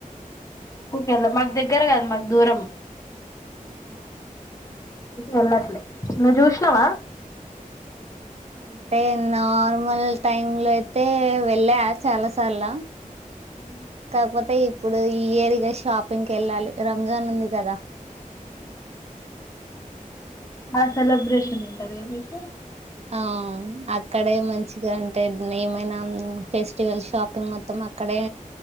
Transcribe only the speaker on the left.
వెళ్ళం మాకు దగ్గర కాదు మాకు దూరం
ఎల్లట్లే నువ్ చూషినావా
<inaudible>
<inaudible> ఆ సెలబ్రేషన్ ఉంటది గా మీకు